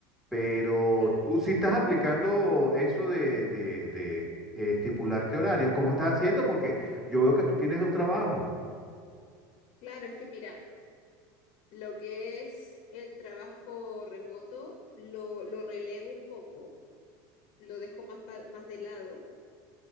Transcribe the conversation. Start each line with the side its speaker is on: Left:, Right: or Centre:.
Centre: Pero
Left: Claro,
Centre: tú si estás aplicando eso de, de de, eh, estipularte horarios, ¿cómo estás haciendo? Porque yo veo que tú tienes dos trabajos.
Left: claro, es que mira, lo que es el trabajo remoto lo, lo relego un poco, lo dejo más, pa- más de lado.